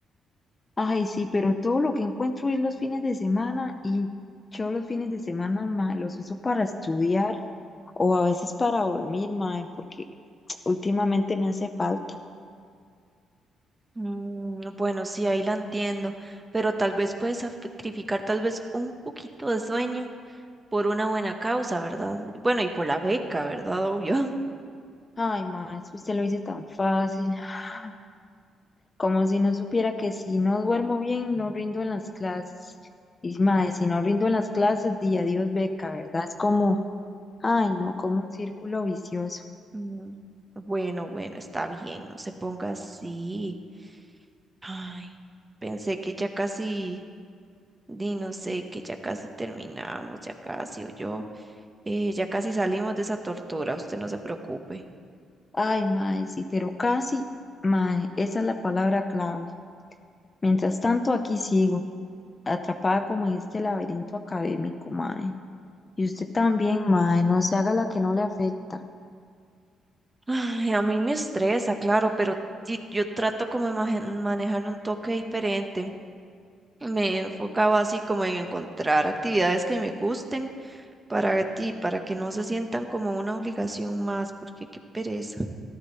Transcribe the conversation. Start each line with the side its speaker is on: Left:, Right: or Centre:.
Left: Ay, sí, pero todo lo que encuentro es los fines de semana y yo los fines de semana, mae, los uso para estudiar o a veces para dormir, mae, porque <tsk> últimamente me hace falta.
Right: Mm, bueno, sí, ahí la entiendo, pero tal vez puedes sacrificar tal vez un poquito de sueño por una buena causa, ¿verdad? Bueno, y por la beca, ¿verdad? Obvio. <laughs>
Left: Ay, mae, es que usted lo dice tan fácil. Ah, Como si no supiera que si no duermo bien, no rindo en las clases. Y mae, si no rindo en las clases, di adiós beca, ¿verdad? Es como Ay, no, como un círculo vicioso.
Right: Mm, bueno, bueno, está bien, no se ponga así. Ay, pensé que ya casi, di, no sé, que ya casi terminamos, ya casi, o yo, eh, ya casi salimos de esa tortura, usted no se preocupe.
Left: Ay, mae, sí, pero casi, mae, esa es la palabra clave. Mientras tanto, aquí sigo, atrapada como en este laberinto académico, mae. Y usted también, mae, no se haga la que no le afecta.
Right: Ay, a mí me estresa, claro, pero sí, yo trato como de maje- manejar un toque diferente. Me he enfocado así como en encontrar actividades que me gusten para ti, para que no se sientan como una obligación más, porque qué pereza.